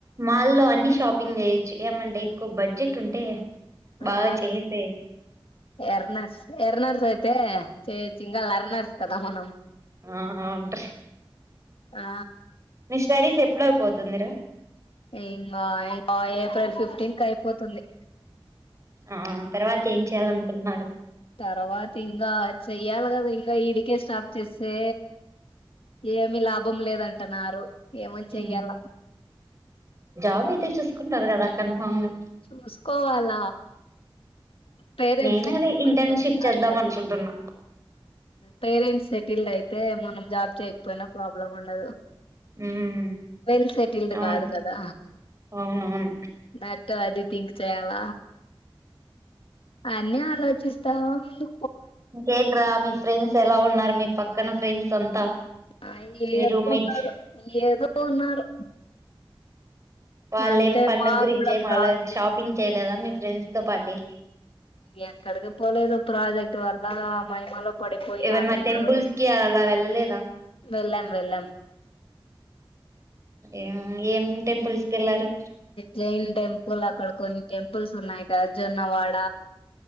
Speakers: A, on the right (about 35°); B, on the left (about 75°).
A: మాల్లో అన్ని షాపింగ్ చేయొచ్చు ఏమంటే ఎక్కువ బడ్జెట్ ఉంటే బాగా
B: ఆ
A: చేసేయచ్చు
B: ఎర్నాస్ ఎరనార్స అయితే చ చింగల్ అరనార్స్ కదా మనం
A: ఆ అవును టర్
B: ఆ
A: నెక్స్ట స్టడీస్ ఎప్పుడైపోతుందిరా
B: ఇంకా ఇంకా ఏప్రిల్ ఫిఫ్టీన్ క అయిపోతుంది
A: ఆ తర్వాత ఏం చెయాల అనుకుంటున్నారు
B: తర్వాత ఇంకా చెయ్యాలి కదా ఇంకా ఈడికే స్టాప్ చేస్తే ఏమి లాభం లేదంటన్నారు. ఏమని చెయ్యాల
A: మ్ జాబ్ అయితే చూసుకుంటారు కదా, కన్ఫామ్ గా
B: చూసుకోవాల పేరెంట్స్
A: నేను
B: ఎటిక్
A: అదే ఇంటర్న్షిప్
B: పర్సన్స్ కాదు
A: చేద్దాం
B: కదా.
A: అనుకుంటున్నా
B: పేరెంట్స్ సెటిల్డ్ అయితే మనం జాబ్ చేయకపోయినా, ప్రాబ్లం ఉండదు.
A: ఉమ్
B: వెల్ సెటిల్డ్
A: అవును
B: కాదు కదా!
A: అవునవును
B: నా తె అది థింక్ చేయాల. అన్ని ఆలోచిస్తా ముందు
A: ఇంకేంట్ర మీ ఫ్రెండ్స్ ఎలా ఉన్నారు? మీ పక్కన ఫ్రెండ్స్ అంతా
B: ఆ ఎంద్
A: మీ రూమ్మేట్స్
B: ఉన్నారో, ఏదో ఉన్నారు.
A: వాళ్
B: అంతే
A: ఏం పండగ
B: మాకు
A: గురించి
B: కూడా
A: ఏం
B: ప్రాజెక్ట్
A: ఆలో, షాపింగ్ చేయలేదా మీ ఫ్రెండ్స్ తో పాటి
B: ఎక్కడికి పోలేదు. ప్రాజెక్ట్ వల్ల మహిమల కూడిపోయి
A: ఏవన్నా
B: అందరూ
A: టెంపుల్స్ కి అలా వెళ్ళలేదా
B: వెళ్ళాం వెళ్ళాం.
A: ఏ ఏం టెంపుల్స్ కెళ్ళారు
B: జైన్ టెంపుల్, అక్కడ కొన్ని టెంపుల్స్ ఉన్నాయి కదా! జొన్నవాడ